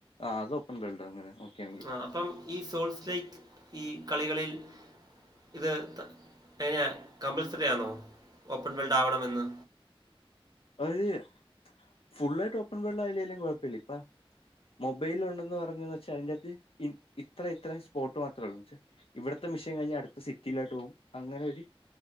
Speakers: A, on the left; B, on the right.
A: ആഹ് അത് ഓപ്പൺ വേൾഡ് അങ്ങനെ നോക്കിയാണെങ്കിൽ
B: ആ അപ്പം ഈ സോൾസ് ലൈക്ക് ഈ കളികളിൽ ഇത് എങ്ങനെ കമ്പൾസറി ആണോ ഓപ്പൺ ബെൽഡ് ആവണമെന്ന്
A: അതായത് ഫുുള്ളായിട്ട് ഓപ്പൺ വേൾഡ് ആയില്ലേലും കുഴപ്പല്ല ഇപ്പ മൊബൈലില് ഉണ്ടെന്ന് പറഞ്ഞ വച്ചാൽ അതിൻ്റകത്ത് ഇ ഇത്ര ഇത്ര സ്പോർട്ട് മാത്രേ ഉള്ളൂന്ന് വെച്ചൽ ഇവിടത്തെ മിഷൻ കഴിഞ്ഞ അടുത്ത സിറ്റിയിലാട്ട് പോവും അങ്ങനെ ഒരു